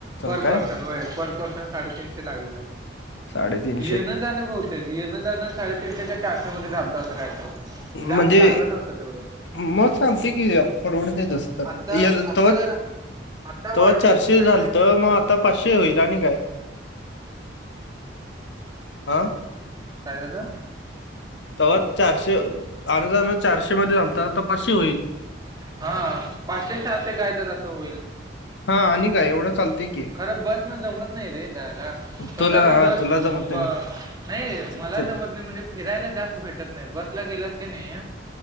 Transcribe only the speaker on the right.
पर
पर्सन होय पर्सन साडेतीनशे लागलेलं.
येणं जाणं बहुतेक जाणं साडेतीनशे काय चारशे मध्ये झालतं असं काय तर जास्त
लागला नव्हत तेवढं.
आता
आता
जरा आता
वाढलं
असेल काय
माहित नाही एवढं
काय झालं
हा पाचशे सहाशे असे काय जर असं होईल.
खरं बस न जमत नाही रे जायला कस
ते
बस
बर नाही
मला जमत नाही म्हणजे फिरायला जास्त भेटत नाही बसला गेलास की नाही.